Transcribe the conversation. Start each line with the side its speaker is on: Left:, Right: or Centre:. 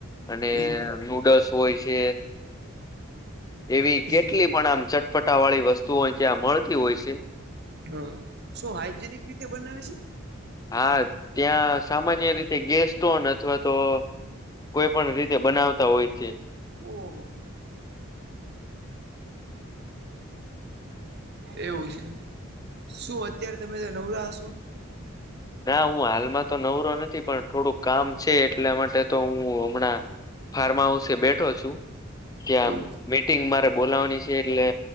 Left: અને
Right: એવું
Left: નૂડલ્સ હોય છે. એવી
Right: હમ.
Left: કેટલી પણ આમ ચટપટા વાળી વસ્તુઓ ત્યાં મળતી હોય છે.
Right: હા શું હાઈજિનિક રીતે બનાવે છે.
Left: હા ત્યાં સામાન્ય રીતે ગેસ્ટોન અથવા તો કોઈ પણ રીતે બનાવતા હોય છે.
Right: ઓહો એવું છે શું અત્યારે તમે નવરા હશો.
Left: ના હું હાલમાં તો નવરો નથી પણ થોડુંક કામ છે એટલા માટે તો હું હમણાં ફાર્મા હાઉસે બેઠો છું. ત્યાં
Right: એવું છે.
Left: મીટિંગ મારે બોલાવાની છે એટલે